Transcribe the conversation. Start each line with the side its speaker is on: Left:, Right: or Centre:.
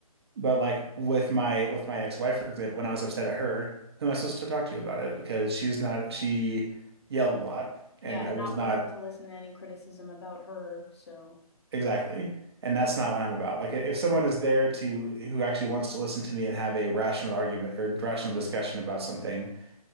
Right: But like with my with my ex-wife, for example, when I was upset at her, who am I supposed to talk to about it? Because she's not she yelled a lot and
Left: Yeah,
Right: I
Left: not
Right: was not
Left: willing to listen to any criticism about her, so
Right: exactly. And that's not what I'm about. Like if someone is there to who actually wants to listen to me and have a rational argument or rational discussion about something,